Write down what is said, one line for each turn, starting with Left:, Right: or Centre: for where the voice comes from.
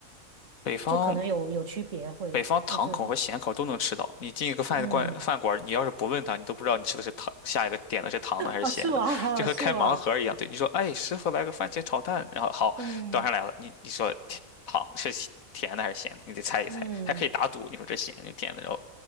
Left: 北方
Right: 就可能有有区别会会这，
Left: 北方糖口和咸口都能吃到。
Right: 里。
Left: 你进一个饭馆，
Right: 嗯，
Left: 饭馆你要是不问他，你都不知道你吃的是糖，下一个点的是糖的还是咸的，
Right: 啊，是吗？
Left: 就和开盲盒一样。
Right: <laughs> 是吗？
Left: 对，你说，哎，师傅来个番茄炒蛋，然后好端上来了，
Right: 嗯
Left: 你你说甜好是咸甜的还是咸的，你得猜一猜，
Right: 嗯。
Left: 还可以打赌，你说这咸就甜的，然后，